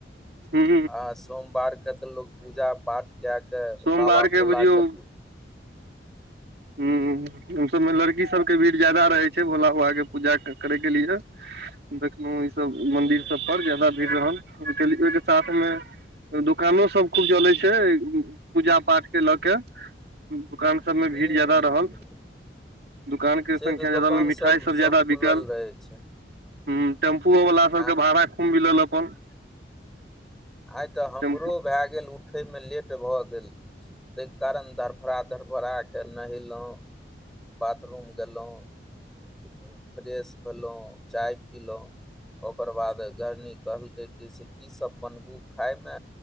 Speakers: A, on the right; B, in the centre.
A: हँ
B: आ सोमवारके तऽ लोकोग पूजा पाठ कए कऽ
A: सोमवार
B: बाबा
A: के
B: भोलाकेँ
A: बुझियौ हू ओ सबमे लड़की सबके भीड़ ज्याददा रहे छै भोला बाबा के पूजा करे के लिए देखलहु ई सब
B: हुँ
A: मंदिर सब पर जादा भीड़ रहल ओहिके साथ मे दोकानो सब खूब जलैत छै पूजा पाठ के लऽ के दोकान सबमे
B: हूँ
A: भी जादा
B: हूँ
A: रहल दुकानके संख्या
B: से तऽ
A: जादा
B: दोकान
A: रहल मिठाइ सब जादाा
B: खुलल
A: बिकल
B: रहै छै
A: ह टेम्पूओ वाला सबके
B: आ
A: भाड़ा खूब मिलल अपन
B: आइ तऽ हमरो
A: टेम्पू
B: भए गेल उठैमे लेट भऽ गेल ताहि कारण धरफड़ धरफड़ाके नहेलहुँ बाथरूम गेलयहुँ फ्रेश भेलहुँ चाय पीलहुँ ओकर बाद गर्नी कहलकै कि से की सब बनब ओ खायमे